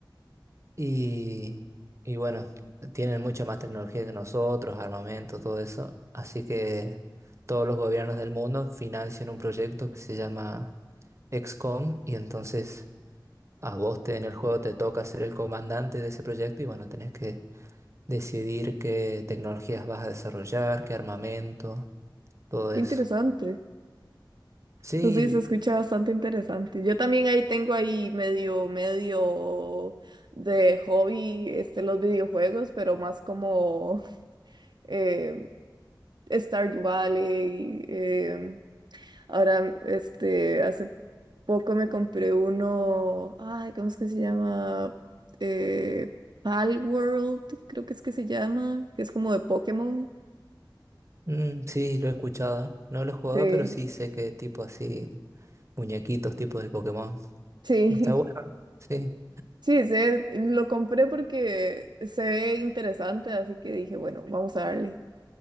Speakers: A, on the right; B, on the right.
A: y, y bueno, tienen mucha más tecnología que nosotros, armamento, todo eso. Así que todos los gobiernos del mundo financian un proyecto que se llama XCOM y entonces a vos te- en el juego te toca ser el comandante de ese proyecto y bueno, tenés que decidir qué tecnologías vas a desarrollar, qué armamento, todo eso.
B: Interesante.
A: Sí,
B: Pues sí, se escucha bastante interesante. Yo también ahí tengo ahí medio, medio de hobby este, los videojuegos, pero más como eh, Stardew Valley. em, ahora, este, hace poco me compré uno, ay, ¿cómo es que se llama? Eh, Palworld, creo que es que se llama, que es como de Pokémon.
A: Mm, sí, lo he escuchado. No lo he jugado,
B: Sí,
A: pero sí sé que es tipo así, muñequitos tipo del Pokémon.
B: sí.
A: Está bueno,
B: <laughs>
A: ¿no? sí,
B: Sí, se, lo compré porque se ve interesante, así que dije, bueno, vamos a darle,